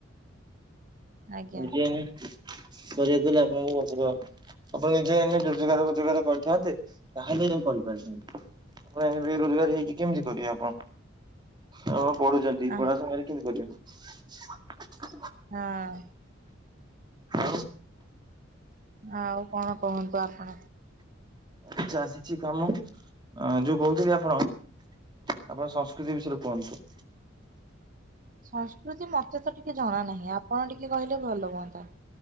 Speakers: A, on the right (about 40°); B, on the right (about 20°).
A: ଆଜ୍ଞା।
B: ଯେ କରେଇଦେଲେ ଆପଣଙ୍କୁ ଆପଣ ନିଜ ଏ ରୋଜଗାର ଫୋଜଗାର କରିଥାନ୍ତେ ତାହେଲେ କରିପାରିନ୍ତି। ଆପ ବେରୋଜଗାର ହେଇକି କେମିତି କରିବେ ଆପଣ। ହଁ ପଢୁଛନ୍ତି
A: ଆ
B: ପଢା ସମୟରେ କେମିତି କରିବୁ।
A: ହଁ।
B: ଆଉ
A: ଆଉ କଣ କୁହନ୍ତୁ ଆପଣ?
B: ଆଛା ଆସିଛି କାମ ଯୋଉ କହୁଥିଲି ଆପଣ? ଆପଣ ସଂସ୍କୃତି ବିଷୟରେ କୁହନ୍ତୁ?
A: ସଂସ୍କୃତି ମତେ ତ ଟିକେ ଜଣା ନାହିଁ ଆପଣ ଟିକେ କହିଲେ ଭଲ ହୁଅନ୍ତା।